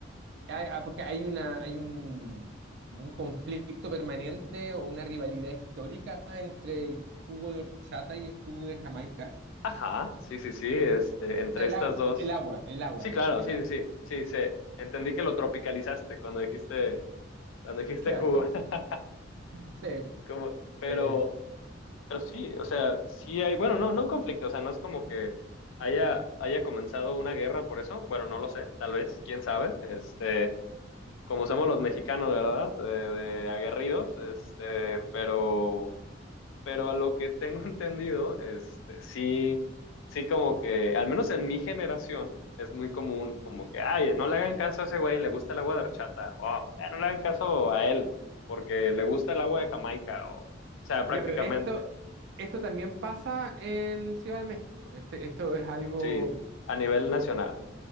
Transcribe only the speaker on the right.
Hay- ah, porque hay una, hay un, como un conflicto permanente o una rivalidad histórica entre el jugo de horchata y el jugo de Jamaica.
El
agua,
el agua, el agua,
el
agua, el
agua.
Claro,
<laughs> sí.
eh,
ya, pero esto, esto también pasa en Ciudad de México. Este, esto es algo,